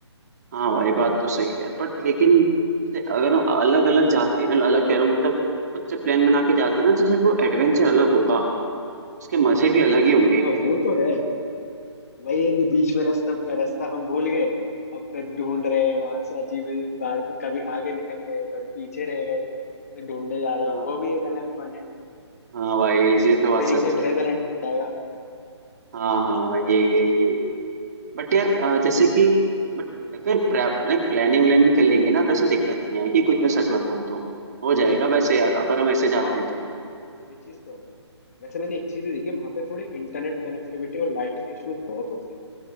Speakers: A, on the right; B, on the left.
A: हाँ भाई बात तो सही है बट लेकिन जैसे अगर हम अलग अलग जाते हैं अलग कह रहा हूँ मतलब खुद से प्लान बना के जाते हैं ना तो जैसे वो एडवेंचर अलग होगा उसके मजे भी अलग ही होंगे
B: हाँ वो तो है वही है कि बीच में रास्ता रास्ता हम भूल गए अब फिर ढूंढ रहे हैं वहां से अजीब अजीब बार कभी आगे निकल गए कभी पीछे रह गए फिर ढूंढे जा रहे
A: हाँ
B: हैं वो भी एक अलग फन है
A: हाँ भाई ये तो
B: एक
A: बात
B: तरीके
A: सच
B: से
A: है
B: ट्रेजर
A: यार
B: हंट जाएगा
A: हाँ हाँ यही यही यही बट यार अ, जैसे कि बट कहीं प्लानिंग व्लानिंग कर लेंगे ना तो ऐसे दिक्कत नहीं आएगी कुछ मैं सच बताऊँ तो हो जाएगा वैसे यार अगर हम ऐसे जाते
B: हाँ
A: हैं तो
B: ये चीज तो है वैसे मैंने एक चीज भी देखी वहां पे थोड़ी इंटरनेट कनेक्टिविटी और लाइट के इश्यूज बहुत होते हैं